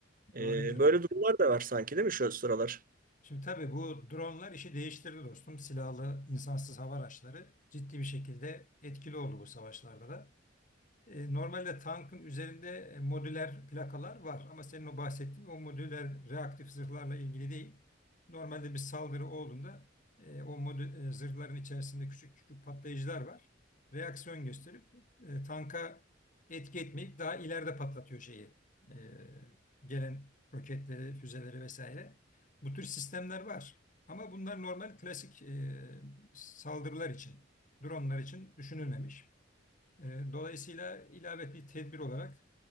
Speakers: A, on the right (about 45°); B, on the left (about 45°).
A: E,
B: doğrudur. evet.
A: böyle durumlar da var sanki değil mi şu sıralar?
B: Şimdi tabii bu dronlar işi değiştirdi dostum. Silahlı insansız hava araçları ciddi bir şekilde etkili oldu bu savaşlarda da. E, Normalde tankın üzerinde e, modüler plakalar var ama senin o bahsettiğin o modüler reaktif zırhlarla ilgili değil. Normalde bir saldırı olduğunda e, o modül, e, zırhların içerisinde küçük küçük patlayıcılar var. Reaksiyon gösterip e, tanka etki etmeyip daha ileride patlatıyor şeyi. E, gelen roketleri, füzeleri vesaire. Bu tür sistemler var. Ama bunlar normal klasik e, saldırılar için, dronlar için düşünülmemiş. E, Dolayısıyla ilave bir tedbir olarak